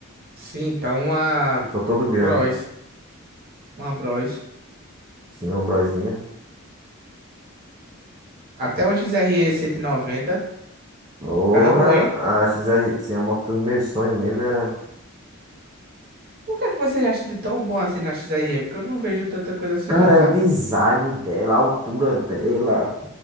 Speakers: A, on the right (about 45°); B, on the right (about 20°).
A: Sim, então uma
B: Sou todo grande.
A: Bros. Uma Bros.
B: Sim, uma brosinha.
A: Até uma XRE 190.
B: Porra,
A: Dá bom, hein?
B: a XR, sim, a moto dos meus sonhos mesmo era.
A: O que é que você acha de tão bom assim na XRE? Porque eu não vejo tanta coisa assim,
B: Cara,
A: não,
B: é
A: sabe?
B: o design dela, a altura dela.